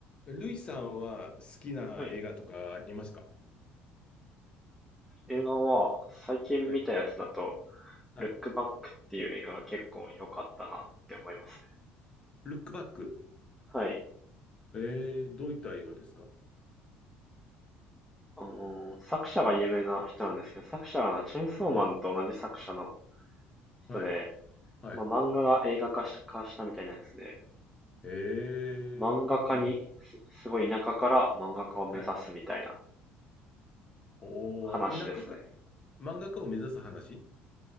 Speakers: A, on the left (about 25°); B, in the centre.
A: ルイさんは好きな映画とかありますか
B: はい。映画は、最近見たやつだと、
A: はい。はい。
B: ルックバックっていう映画が結構良かったなって思いますね。
A: ルックバック。
B: はい。
A: えー、どういった映画ですか
B: あのー作者が有名な人なんですけど、作者がチェーンソーマンと同じ作者の
A: はい。
B: 人で、
A: はい。はい。
B: その漫画が映画化し化したみたいなやつで、
A: えー、
B: 漫画家にす、
A: なるほ
B: すごい田舎から漫画家を目指すみたいな
A: ど。はい。おー、
B: 話ですね。
A: 田舎か、漫画家を目指す話